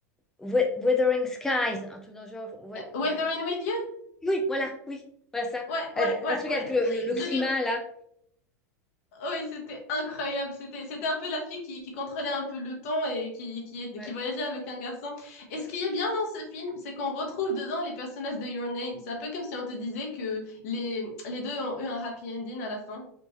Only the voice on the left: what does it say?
Euh, Weathering
with You?
Ouais,
ouais, ouais,
ouais.
Je
l'ai,
Oui, c'était incroyable. C'était, c'était un peu la fille qui, qui contrôlait un peu le temps et qui, qui, qui
voyageait avec un garçon. Et ce qui est bien dans ce film, c'est qu'on retrouve dedans les personnages de Your Name. C'est un peu comme si on te disait que les, les deux ont eu un happy ending à la fin.